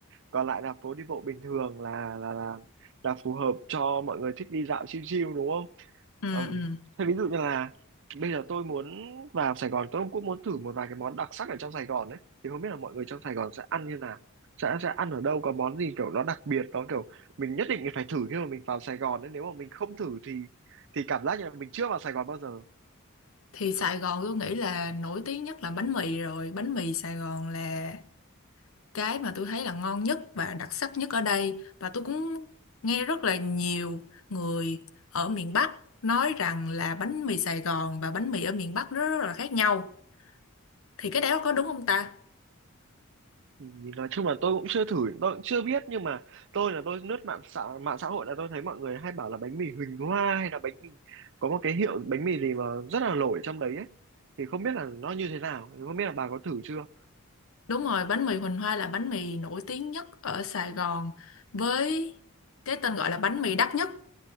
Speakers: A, on the right (about 60°); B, on the left (about 65°).
A: còn lại là phố đi bộ bình thường là là là là phù hợp cho mọi người thích đi dạo chill chill đúng không
B: ừ,
A: Ừm,
B: ừ.
A: thế ví dụ như là bây giờ tôi muốn vào Sài Gòn tôi cũng muốn thử một vài cái món đặc sắc ở trong Sài Gòn đấy thì không biết là mọi người trong Sài Gòn sẽ ăn như nào sẽ sẽ ăn ở đâu có món gì kiểu nó đặc biệt nó kiểu mình nhất định phải thử khi mà mình vào Sài Gòn đấy nếu mà mình không thử thì thì cảm giác như là mình chưa vào Sài Gòn bao giờ
B: thì Sài Gòn tôi nghĩ là nổi tiếng nhất là bánh mì rồi bánh mì Sài Gòn là cái mà tôi thấy là ngon nhất và đặc sắc nhất ở đây và tôi cũng nghe rất là nhiều người ở miền Bắc nói rằng là bánh mì Sài Gòn và bánh mì ở miền Bắc nó rất là khác nhau thì cái đó có đúng không ta?
A: thì nói chung là tôi cũng chưa thử tôi cũng chưa biết nhưng mà tôi là tôi lướt mạng xã mạng xã hội là tôi thấy mọi người hay bảo là bánh mì Huỳnh Hoa hay là bánh mì có một cái hiệu bánh mì gì mà rất là nổi trong đấy ấy thì không biết là nó như thế nào thì không biết là bà có thử chưa
B: Đúng rồi, bánh mì Huỳnh Hoa là bánh mì nổi tiếng nhất ở Sài Gòn với cái tên gọi là bánh mì đắt nhất